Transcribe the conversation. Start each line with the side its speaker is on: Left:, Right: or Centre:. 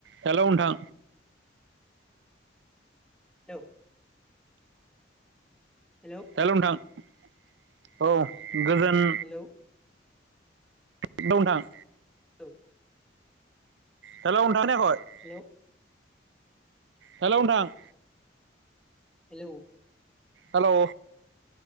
Right: हेल' नोंथां
Centre: hello hello
Right: हेल' नोंथां औ गोजोन
Centre: हेलौ
Right: हेलौ नोंथां।
Centre: औ।
Right: हेलौ नोंथां खोनायाखै?
Centre: हेलौ
Right: हेल' नोंथां।
Centre: हेलौ
Right: हेल'